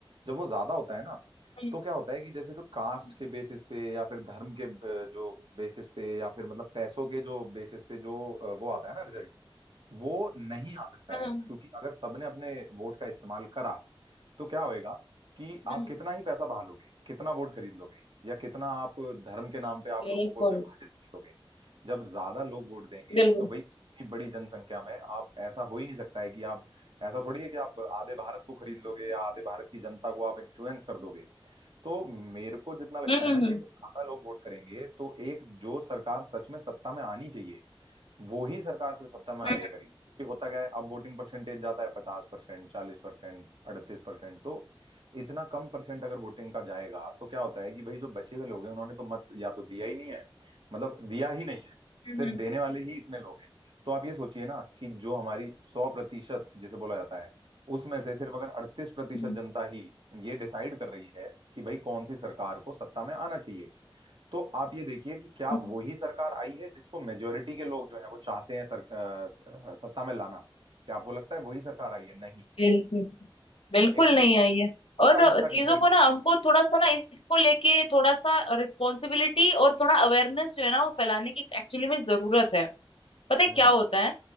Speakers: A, on the right; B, on the left.
A: जब वो ज्यादा होता है ना
B: हम्म,
A: तो क्या होता है कि जैसे जो कास्ट
B: हम्म,
A: के बेसिस पे या फिर धर्म के अ, जो बेसिस पे या फिर मतलब पैसों के जो बेसिस पे जो अ, वो आता है ना वो नहीं आ सकता
B: हम्म,
A: है क्योंकि अगर सबने अपने वोट का इस्तेमाल करा तो क्या होएगा कि आप
B: हम्म, हम्म।
A: कितना ही पैसा बहा लोगे कितना वोट खरीद लोगे या कितना आप धर्म के नाम पे आप
B: बिल्कुल
A: लोगों को विभाजित कर लोगे जब ज्यादा लोग वोट देंगे
B: बिल्कुल
A: तो भाई इतनी बड़ी जनसंख्या में आप ऐसा हो ही नहीं सकता है कि आप ऐसा थोड़ी है कि आप आधे भारत को खरीद लोगे या आधे भारत की जनता को आप इन्फ्लुएंस कर दोगे तो मेरे को जितना लगता
B: हम्म
A: है ना कि
B: हम्म
A: अगर ज्यादा लोग वोट करेंगे तो एक जो सरकार सच में सत्ता में आनी चाहिए वो ही सरकार फिर सत्ता में आया
B: हम्म
A: करेगी क्योंकि होता क्या है अब वोटिंग परसेंटेज जाता है पचास परसेंट चालीस परसेंट अड़तीस परसेंट तो इतना कम परसेंट अगर वोटिंग का जाएगा तो क्या होता है कि भाई जो बचे हुए लोग हैं उन्होंने तो मत या तो दिया ही नहीं है मतलब दिया ही नहीं है
B: हम्म,
A: सिर्फ
B: हम्म,
A: देने वाले ही इतने लोग हैं तो आप ये सोचिए ना कि जो हमारी सौ प्रतिशत जिसे बोला जाता है उसमें से सिर्फ अगर अड़तीस प्रतिशत
B: हम्म,
A: जनता ही ये डिसाइड कर रही है कि भाई कौन सी सरकार को सत्ता में आना चाहिए तो आप ये देखिए कि क्या
B: हम्म,
A: वही सरकार आई है जिसको मेजोरिटी के लोग जो है वो चाहते हैं सर, अ, स- अ, सत्ता में लाना क्या आपको लगता है वही सरकार आई है नहीं
B: बिल्कुल बिल्कुल
A: एक
B: नहीं आई है
A: छोटा
B: और
A: हिस्सा
B: चीजों
A: डिसाइड
B: को
A: कर
B: ना हमको
A: रहा
B: थोड़ा सा ना इसको लेके थोड़ा सा रिस्पॉन्सिबिलिटी और थोड़ा अवेयरनेस जो है ना वो फैलाने की एक्चुअली में जरूरत है पता है
A: है
B: क्या
A: हम्म
B: होता है